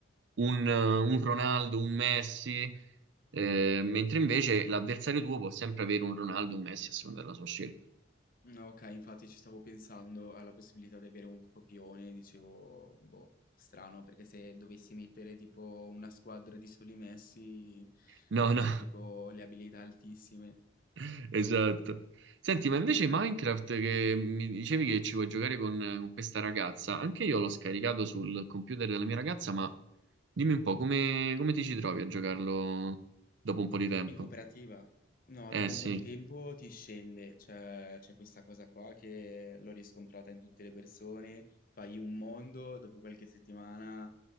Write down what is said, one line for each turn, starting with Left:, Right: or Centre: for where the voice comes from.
Right: un, eh, un Ronaldo, un Messi. Eh, mentre invece l'avversario tuo può sempre avere un Ronaldo, un Messi a seconda della sua scelta.
Left: Mm, Ok, infatti ci stavo pensando alla possibilità di avere un copione, dicevo, boh, strano, perché se dovessi mettere tipo una squadra di soli messi
Right: No,
Left: avrei
Right: no,
Left: tipo le abilità altissime.
Right: <laughs> esatto. Senti, ma invece Minecraft che mi dicevi che ci vuoi giocare con, con questa ragazza, anche io l'ho scaricato sul computer della mia ragazza, ma dimmi un po' come, come ti ci trovi a giocarlo dopo un po' di tempo?
Left: In cooperativa? No,
Right: Eh
Left: dopo
Right: sì,
Left: un po' di tempo ti scende, cioè c'è questa cosa qua che l'ho riscontrata in tutte le persone, fai un mondo, dopo qualche settimana